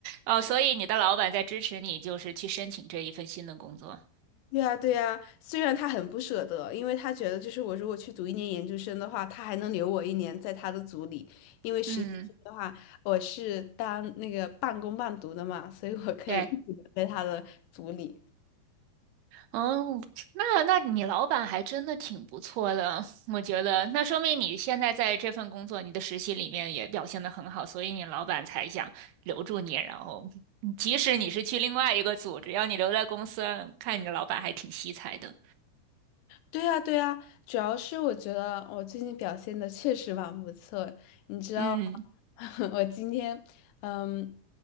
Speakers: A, on the right (about 75°); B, on the left (about 85°).
A: 哦，所以你的老板在支持你，就是去申请这一份新的工作。
B: 对呀，对呀，虽然他很不舍得，因为他觉得就是我如果去读一年研究生的话，他还能留我一年在他的组里，因为实习生的话，
A: 嗯，
B: 我是当那个半工半读的嘛，所以我可以一直留在他的组里。
A: 对，哦，那那你老板还真的挺不错的，我觉得，那说明你现在在这份工作，你的实习里面也表现的很好，所以你老板才想留住你，然后嗯即使你是去另外一个组，只要你留在公司，看你老板还挺惜才的。
B: 对呀，对呀，主要是我觉得我最近表现的确实蛮不错，你知道吗
A: 嗯，
B: <laughs> 我今天，嗯，